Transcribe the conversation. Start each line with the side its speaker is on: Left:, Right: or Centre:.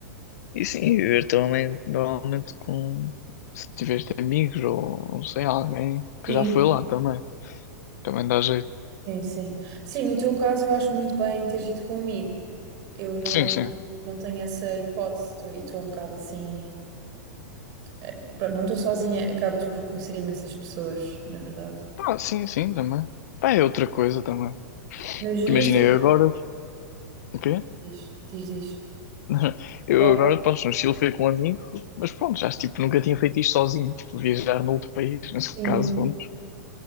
Left: E sim, viver também normalmente com se tiveste amigos ou não sei, alguém
Right: sim,
Left: que já foi lá também. Também dá jeito.
Right: sim, sim. Sim, no teu caso eu acho muito bem teres ido comigo. Eu não,
Left: Sim, sim.
Right: não tenho essa hipótese tô- e estou um bocado assim. eh, Pronto, não estou sozinha, acabas por conhecer imensas pessoas, na verdade.
Left: Pá, sim, sim, também. Pá, é outra coisa também.
Right: Mas e
Left: Imagina,
Right: este.
Left: eu agora. O quê?
Right: Diz, diz, diz.
Left: <laughs> Eu
Right: Agora?
Left: agora, pronto, no Chile fui com um amigo, mas pronto, já tipo, nunca tinha feito isto sozinho, tipo, viajar noutro país, <laughs> nesse
Right: Sim,
Left: caso, pronto.